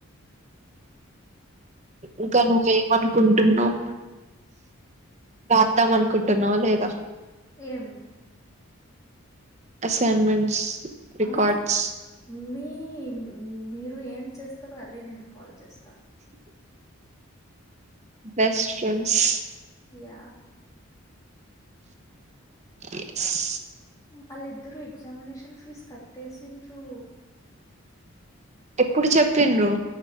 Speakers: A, on the right; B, on the left.
A: ఇంకా నువ్వేమనుకుం టున్నవ రాద్దాం అనుకుంటున్నావ లేదా
B: మ్
A: అసైన్మెంట్స్ రికార్డ్స్
B: అహా మీ మీరు ఏం చేస్తుర్రో అదే నేను ఫాలో చేస్ స్తా
A: బెస్ట్ ఫ్రెండ్స్
B: యా
A: ఎస్
B: ఆళ్లు ఇద్దరు ఎగ్జామినేషన్ ఫీజు కట్టేసిండ్రు
A: ఎప్పుడు చెప్పిండ్రు